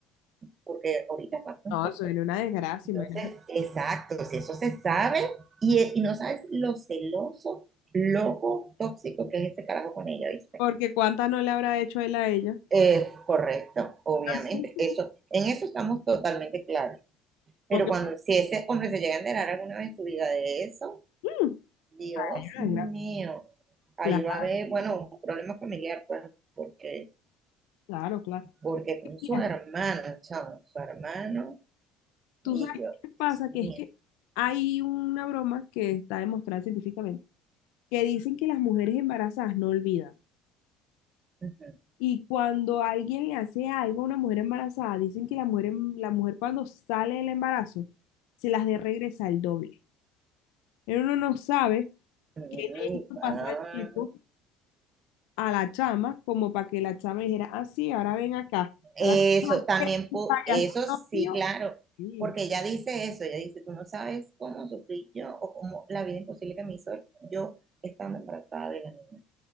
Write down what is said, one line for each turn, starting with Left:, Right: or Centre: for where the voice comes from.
Right: porque ahorita está juntos.
Left: no, suena una desgracia,
Right: Entonces,
Left: imagínate.
Right: exacto, si eso se sabe y, y no sabes lo celoso, loco, tóxico que es ese carajo con ella, ¿viste?
Left: Porque cuánta no le habrá hecho él a ella.
Right: Eh, correcto, obviamente,
Left: Así, sí.
Right: eso, en eso estamos totalmente claros. Pero
Left: Porque,
Right: cuando, si ese hombre se llega a enterar alguna vez en su vida de eso,
Left: mm,
Right: Dios
Left: una
Right: mío,
Left: desgracia.
Right: ahí
Left: Claro,
Right: va a haber, bueno, un problema familiar, pues, porque,
Left: claro, claro.
Right: porque con su
Left: Mira,
Right: hermano, chamo, su hermano
Left: tú
Right: y
Left: sabes
Right: yo,
Left: qué
Right: Dios
Left: pasa,
Right: mío.
Left: que es que hay una broma que está demostrada científicamente que dicen que las mujeres embarazadas no olvidan.
Right: Ujú.
Left: Y cuando alguien le hace algo a una mujer embarazada, dicen que la mujer, em- la mujer cuando sale del embarazo se las de regresa el doble. Pero uno no sabe
Right: Mm,
Left: qué le hizo pasar
Right: ah,
Left: el tipo a la chama, como para que la chama dijera, ah, sí, ahora ven acá,
Right: Eso,
Left: ahora tú vas a
Right: también,
Left: ser el
Right: pu-
Left: payasito
Right: eso sí,
Left: mío.
Right: claro,
Left: Sí.
Right: porque ella dice eso, ella dice, tú no sabes cómo sufrí yo o cómo la vida imposible que me hizo yo estando embarazada de la niña.